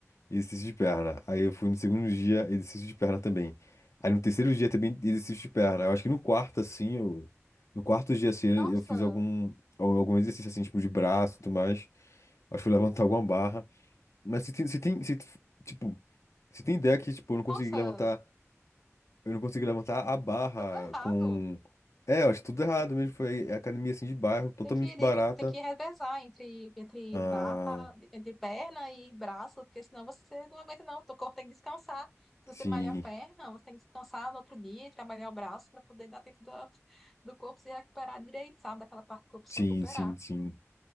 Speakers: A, on the left; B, in the centre.
A: e exercício de perna. Aí eu fui no segundo dia, exercício de perna também. Aí no terceiro dia também, exercício de perna. Eu acho que no quarto, assim, eu. No quarto dia, assim, eu
B: Nossa,
A: fiz algum, al- algum exercício, assim, tipo, de braço e tudo mais. Acho que fui levantar alguma barra. Mas se tem, se tem, se, tipo, se tem ideia que, tipo, eu não
B: nossa,
A: consegui levantar, eu não consegui levantar a barra
B: tudo errado.
A: com. É, eu acho tudo errado mesmo. Foi a academia, assim, de bairro, totalmente
B: Tem que,
A: barata.
B: tem que revezar entre, entre
A: Ah,
B: barra, entre perna e braço, porque senão você não aguenta, não. O teu corpo tem que descansar. Se
A: sim,
B: você malha a perna, você tem que descansar no outro dia, e trabalhar o braço para poder dar tempo do, do corpo se recuperar direito, sabe? Daquela parte do corpo
A: sim,
B: se recuperar.
A: sim, sim.